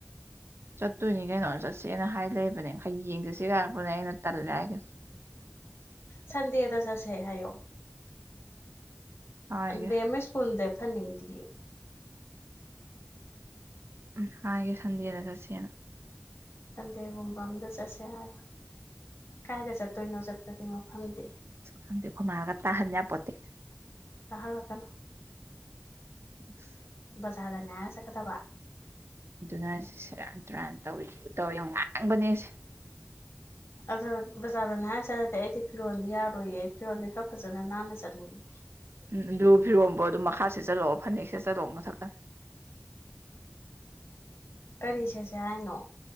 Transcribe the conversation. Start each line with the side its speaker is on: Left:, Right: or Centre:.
Right: ꯆꯠꯇꯣꯏꯅꯤ ꯀꯩꯅꯣ ꯆꯠꯁꯦꯅ ꯍꯥꯏ ꯂꯩꯕꯅꯦ ꯈꯔ ꯌꯦꯡ ꯆꯠꯁꯤ ꯍꯥꯏꯔꯛꯄꯅꯦ ꯑꯩꯅ ꯇꯜꯂꯦ ꯍꯥꯏꯒꯦ
Left: ꯁꯟꯗꯦꯗ ꯆꯁꯦ ꯍꯥꯏꯌꯣ
Right: ꯍꯥꯏꯒꯦ
Left: ꯑꯦ ꯁ꯭ꯀꯨꯜꯗ ꯐꯟꯅꯤꯡꯗꯤꯌꯦ
Right: ꯎꯝ ꯍꯥꯏꯦ ꯁꯟꯗꯦꯅ ꯁꯁꯦꯅ
Left: ꯁꯟꯗꯦꯒꯨꯝꯕ ꯑꯝꯗ ꯆꯠꯁꯦ ꯍꯥꯏ ꯀꯥꯏꯗ ꯆꯠꯇꯣꯏꯅꯣ ꯆꯠꯄꯗꯤ ꯃꯐꯝꯗꯤ
Right: ꯈꯪꯗꯦꯈ ꯃꯥꯜꯂꯒ ꯇꯥꯍꯟ ꯄꯣꯠꯇꯦ
Left: ꯇꯍꯔ ꯂꯒꯟ
Right: <inaudible>
Left: ꯕꯖꯥꯔꯗꯅꯦ ꯍꯥꯏꯅ ꯆꯠꯀꯗꯕ
Right: ꯑꯗꯨꯅꯁ ꯁꯦꯔꯥꯟ ꯇꯨꯔꯥꯟ ꯇꯧꯔꯤꯁꯨꯕꯨ ꯇꯧꯋ ꯌꯥꯝ ꯉꯥꯡꯕꯅꯦꯁꯦ
Left: ꯑꯗꯨꯗꯣ ꯕꯖꯥꯔꯗꯅ ꯍꯥꯏ ꯆꯔꯗꯤ ꯑꯩꯗꯤ ꯐꯤꯔꯣꯜꯗꯤ ꯌꯥꯔꯣꯏꯌꯦ ꯑꯩ ꯐꯤꯔꯣꯜꯗꯤ ꯈꯔ ꯐꯖꯅ ꯅꯥꯟꯅ ꯆꯠꯅꯤꯡꯉꯤ
Right: ꯎꯝ ꯑꯗꯨ ꯐꯤꯔꯣꯝꯕꯨꯣ ꯑꯗꯨꯝ ꯃꯈꯥ ꯁꯦꯠꯆꯠꯂꯛꯑꯣ ꯐꯅꯦꯛ ꯁꯦꯠꯆꯠꯂꯛꯑꯣ ꯃꯊꯛꯇ
Left: ꯀꯔꯤ ꯁꯦꯠꯁꯦ ꯍꯥꯏꯅꯣ